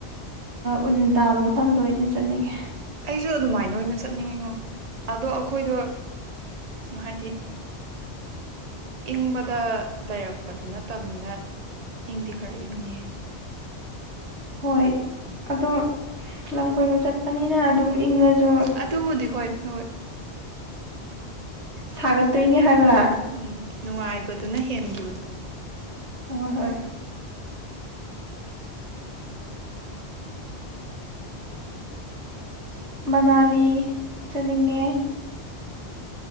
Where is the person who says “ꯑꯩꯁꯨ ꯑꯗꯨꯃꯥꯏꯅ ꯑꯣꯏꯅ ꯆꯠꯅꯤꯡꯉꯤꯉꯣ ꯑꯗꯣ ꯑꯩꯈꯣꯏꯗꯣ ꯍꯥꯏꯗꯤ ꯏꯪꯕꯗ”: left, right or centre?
Right